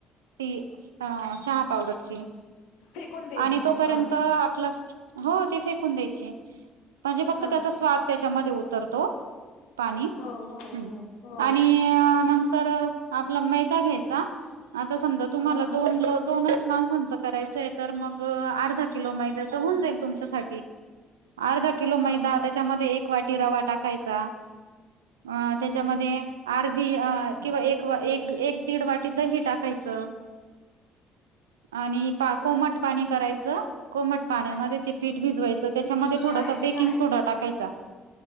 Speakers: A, on the right; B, on the left.
A: ती चहा पावडरची
B: फेकून द्यायची
A: आणि तोपर्यंत
B: ती हा
A: आपलं. हो ते फेकून द्यायची म्हणजे फक्त
B: हा
A: त्याचा स्वाद त्याच्यामध्ये उतरतो. पाणी
B: हो हो
A: ह
B: हो हो
A: आणि त्यानंतर आपला मैदा घ्यायचा आता समजा तुम्हाला
B: हा
A: दोनो दोनच माणसांचं करायचंय तर मग अर्धा किलो मैद्याच होऊन जाईल तुमच्यासा अर्धा किलो मैदा
B: हा हा
A: त्याच्यामध्ये एक. वाटी रवा टाकायचा अ
B: हम्म
A: त्याच्यामध्ये अर्धी अ. किंवा एक एक एक दीड वाटी दही टाकायचं. आणि पा कोमट पाणी करायचं. कोमट पाण्यामध्ये ते पीठ भिजवायचं त्याच्यामध्ये
B: काय
A: थोडासा बेकिंग
B: काय
A: सोडा टाकायचा.